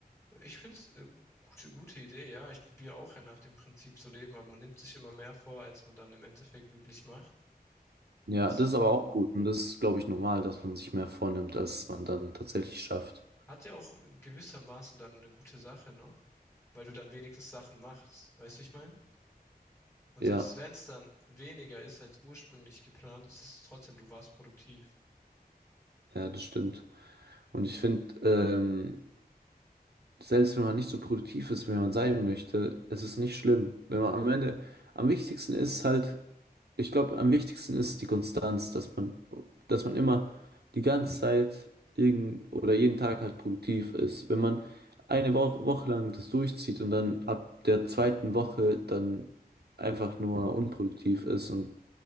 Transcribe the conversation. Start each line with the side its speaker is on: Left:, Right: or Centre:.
Left: Ich finde es äh, gute, gute Idee, ja. Ich probiere auch ja nach dem Prinzip zu leben, aber man nimmt sich immer mehr vor, als man dann im Endeffekt wirklich macht.
Right: Ja,
Left: Es
Right: das ist aber auch gut und das ist, glaube ich, normal, dass man sich mehr vornimmt, als man dann tatsächlich schafft.
Left: hat ja auch gewissermaßen dann eine gute Sache noch, weil du dann wenigstens Sachen machst, weißt du, wie ich meine? Und
Right: Ja,
Left: selbst wenn es dann weniger ist als ursprünglich geplant, ist es trotzdem, du warst produktiv.
Right: ja, das stimmt. Und ich finde, ähm, selbst wenn man nicht so produktiv ist, wie man sein möchte, es ist nicht schlimm. Wenn man am Ende, am wichtigsten ist halt ich glaube, am wichtigsten ist die Konstanz, dass man, dass man immer die ganze Zeit irgend, oder jeden Tag halt produktiv ist. Wenn man eine Woche, Woche lang das durchzieht und dann ab der zweiten Woche dann einfach nur unproduktiv ist und